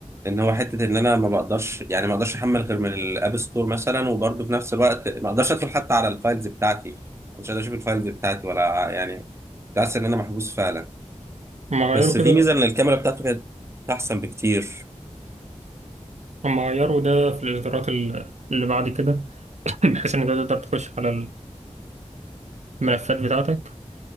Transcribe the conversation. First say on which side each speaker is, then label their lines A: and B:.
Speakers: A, on the right; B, on the right.
A: ان هو حتة ان انا ما بقدرش يعني ما اقدرش احمل غير من الاب ستور مثلا وبرضه في نفس الوقت ما اقدرش ادخل حتى على الفايلز بتاعتي مش قادر اشوف الفايلز بتاعتي ولا يعني كنت حاسس ان انا محبوس فعلا
B: هما
A: بس
B: غيروا كده
A: في ميزة ان الكاميرا بتاعته كانت احسن بكتير
B: هما غيروا ده في الإصدارات ال- اللي بعد كده <clears throat> بحيث إنك تقدر تخش على الملفات بتاعتك